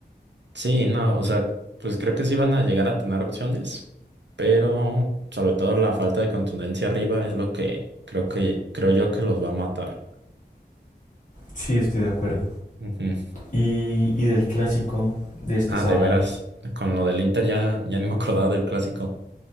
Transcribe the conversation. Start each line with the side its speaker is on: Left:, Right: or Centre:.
Right: Sí, no, o sea, pues creo que sí van a llegar a tener opciones, pero sobre todo la falta de contundencia arriba es lo que creo que creo yo que los va a matar.
Left: Sí, estoy de acuerdo.
Right: Ujú.
Left: Y, y del clásico de este
Right: Ah,
Left: sábado.
Right: de veras, con lo del Inter ya ya ni me acordaba del clásico.